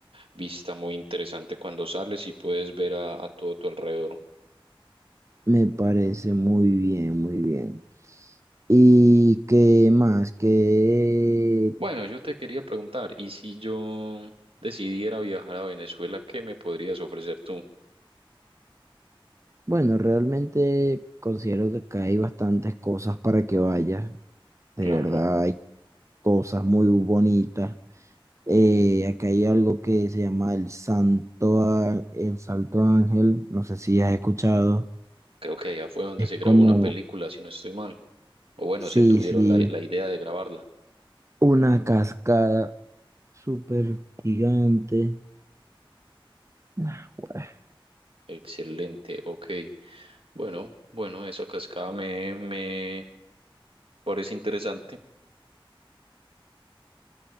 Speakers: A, on the right; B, on the right.
A: vista muy interesante cuando sales y puedes ver a, a todo tu alrededor.
B: Me parece muy bien, muy bien. ¿Y qué más? Que,
A: Bueno, yo te quería preguntar, ¿y si yo decidiera viajar a Venezuela, qué me podrías ofrecer tú?
B: bueno, realmente considero que acá hay bastantes cosas para que vayas. De
A: Claro,
B: verdad, hay cosas muy bonitas. Eh, acá hay algo que se llama el Santo, Á- el Salto Ángel, no sé si has escuchado,
A: creo que allá fue donde se grabó
B: como,
A: una película, si no estoy mal. O bueno,
B: sí,
A: se tuvieron
B: sí,
A: la, la idea de grabarla.
B: una cascada súper gigante. Nah, güey.
A: Excelente, ok. Bueno, bueno, esa cascada me, me parece interesante.